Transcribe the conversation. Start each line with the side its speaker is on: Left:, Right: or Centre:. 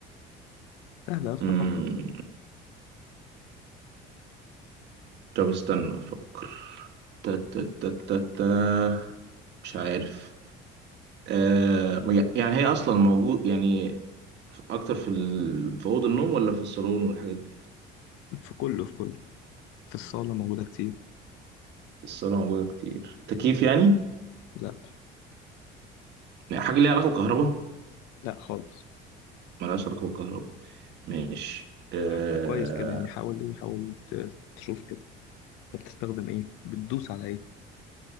Left: سهلة يا اسطى
Right: مم.
Left: فكر
Right: طب استنى افكر تا تا تا تا تا. مش عارف آه... يعني هي اصلا موجود يعني اكتر في ال... في اوضه النوم ولا في الصالون والحاجات دي
Left: في كله في كله في الصالة موجودة كتير
Right: في الصاله موجوده كتير التكييف يعني
Left: لا
Right: يعني حاجه ليها علاقه بالكهرباء
Left: لا خالص
Right: ملهاش علاقه بالكهرباء ماشي أه
Left: فكر كويس كده يعني حاول ايه حاول ت- تشوف كده انت بتستخدم ايه بتدوس على ايه